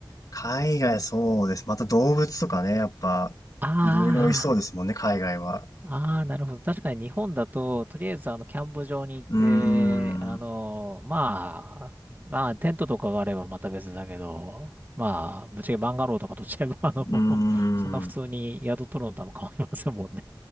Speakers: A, on the left (about 45°); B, on the right (about 20°).
A: 海外そうです。また動物とかね、やっぱ、
B: あ
A: いろいろいそうですもんね、海外は。
B: あ、ああ、なるほど。確かに日本だと、とりあえずあの、キャンプ場に行って、
A: うーん。
B: あの、まあ、まあ、テントとかがあればまた別だけど、まあ、ぶっちゃけバンガローとかとっちゃえば、あの、<laughs>
A: うーん。
B: そんな普通に宿取るのとあんま変わりませんもんね。